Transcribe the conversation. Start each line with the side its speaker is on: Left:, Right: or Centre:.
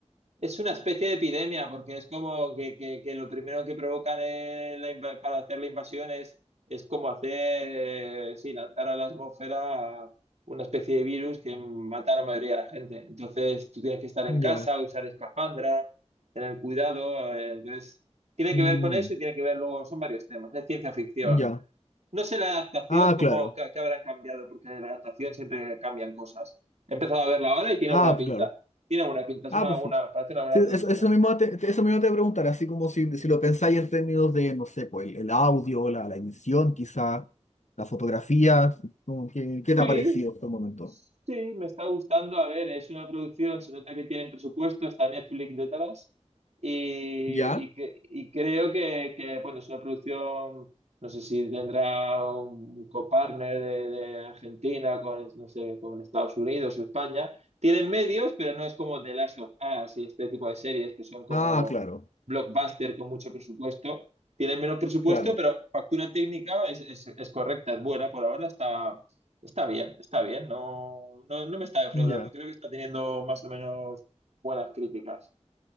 Right: Es una especie de epidemia, porque es como que, que- que lo primero que provocan en la inva- para hacer la invasión es, es como hacer, sí, lanzar a la atmósfera una especie de virus que mata a la mayoría de la gente. Entonces tú tienes que estar en
Left: Ya.
Right: casa, usar espafandra, tener cuidado. eh, entonces tiene
Left: Mm,
Right: que ver con eso y tiene que ver luego, son varios temas, es ciencia ficción.
Left: ya.
Right: No sé la adaptación,
Left: Ah,
Right: cómo
Left: claro.
Right: que, habrán cambiado, porque en la adaptación siempre cambian cosas. He empezado a verla ahora y tiene
Left: Ah,
Right: buena pinta.
Left: pues claro.
Right: Tiene buena pinta, es
Left: Ah,
Right: una
Left: perfecto.
Right: buena, parece una buena
Left: Sí, eso,
Right: producción.
Left: eso mismo te, te- eso mismo te voy a preguntar, así como si, si lo pensáis en términos de, no sé, pues el, el audio, la, la edición quizá, la fotografía, como que- ¿qué, te
Right: Sí,
Left: ha parecido hasta el momento?
Right: Sí, me está gustando. A ver, es una producción, se nota que tienen presupuesto, está Netflix detrás. Y,
Left: ya
Right: y, que, y creo que, que, bueno, es una producción, no sé si tendrá un copartner de, de Argentina con, no sé, con Estados Unidos o España. Tienen medios, pero no es como The Last of Us y este tipo de series que son como
Left: Ah, claro,
Right: blockbuster con mucho presupuesto. Tienen menos presupuesto,
Left: claro.
Right: pero la factura técnica es, es, es correcta, es buena por ahora, está Está bien, está bien, no, no, no me está defraudando,
Left: Ya.
Right: creo que está teniendo más o menos buenas críticas.